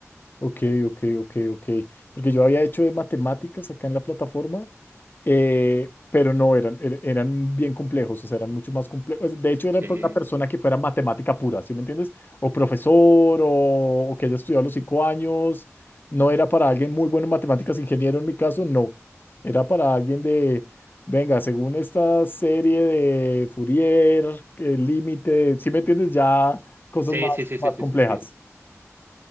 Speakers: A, on the left; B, on the right.
A: ok, ok, ok, ok. Porque yo había hecho de matemáticas acá en la plataforma eh, pero no eran, er- eran bien complejos, o sea, eran mucho más complejos. De hecho, eran
B: Sí,
A: por una persona que fuera matemática pura, ¿sí me entiendes? O profesor, o, o que haya estudiado los cinco años. No era para alguien muy bueno en matemáticas, ingeniero en mi caso, no. Era para alguien de, venga, según esta serie de Fourier, el límite, ¿sí me entiendes? Ya cosas
B: sí,
A: más,
B: sí, sí,
A: más
B: sí, sí,
A: complejas.
B: sí. sí.